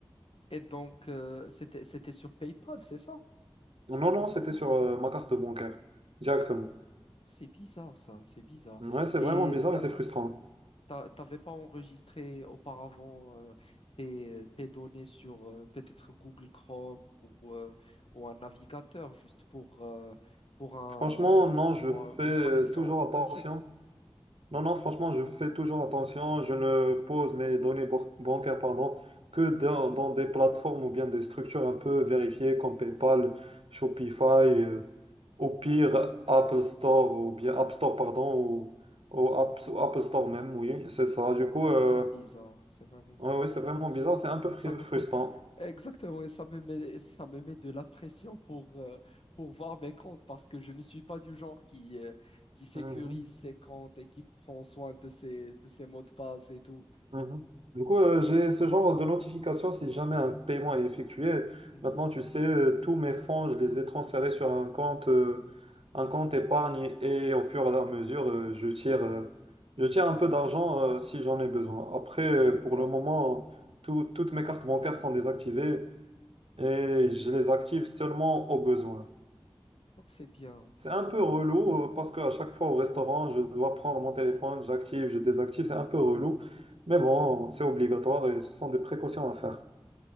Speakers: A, on the left; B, on the right.
A: Et donc, euh, c'était, c'était sur PayPal, c'est ça?
B: Non, non, c'était sur euh, ma carte bancaire, directement.
A: C'est bizarre, ça, c'est bizarre.
B: Ouais, c'est
A: Et
B: vraiment bizarre et c'est frustrant.
A: t'a- t'avais pas enregistré auparavant euh, tes, tes données sur euh, peut-être Google Chrome ou, euh, ou un navigateur juste pour, euh, pour un,
B: Franchement, non,
A: euh,
B: je
A: pour
B: fais
A: un- une
B: euh,
A: connexion
B: toujours
A: automatique.
B: attention. Non, non, franchement, je fais toujours attention. Je ne pose mes données bor- bancaires, pardon, que dans, dans des plateformes ou bien des structures un peu vérifiées comme PayPal, Shopify, euh, au pire Apple Store ou bien App Store, pardon, ou, ou App, Apple Store même, oui, c'est ça. Du coup,
A: C'est
B: euh,
A: vraiment bizarre, c'est vraiment bizarre.
B: ouais, ouais, c'est vraiment
A: Ça,
B: bizarre, c'est un peu fri-
A: ça me,
B: frustrant.
A: <laughs> exactement, et ça me met, ça me met de la pression pour, euh, pour voir mes comptes parce que je ne suis pas du genre qui, euh, qui sécurise
B: Mhm.
A: ses comptes et qui prend soin de ses, de ses mots de passe et tout.
B: Mhm. Du coup, euh,
A: Et,
B: j'ai ce genre de notification si jamais un paiement est effectué.
A: Mhm.
B: Maintenant, tu sais, euh, tous mes fonds, je les ai transférés sur un compte, euh, un compte épargne et au fur et à mesure, euh, je tire, euh, je tire un peu d'argent, euh, si j'en ai besoin. Après, euh,
A: D'accord.
B: pour le moment, tout- toutes mes cartes bancaires sont désactivées et
A: Hmm.
B: je les active seulement au besoin.
A: Donc c'est bien,
B: C'est un
A: c'est
B: peu
A: bien.
B: relou euh, parce qu'à chaque fois au restaurant, je dois prendre mon téléphone, j'active, je désactive, c'est un peu relou. Mais bon, c'est obligatoire et ce sont des précautions à faire.